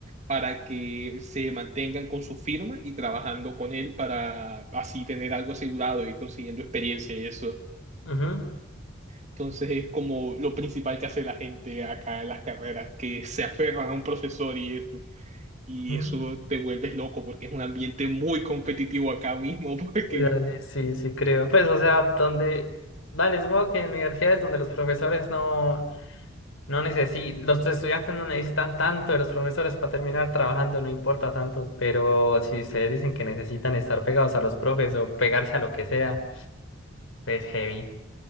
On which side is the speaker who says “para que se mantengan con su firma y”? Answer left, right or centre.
Right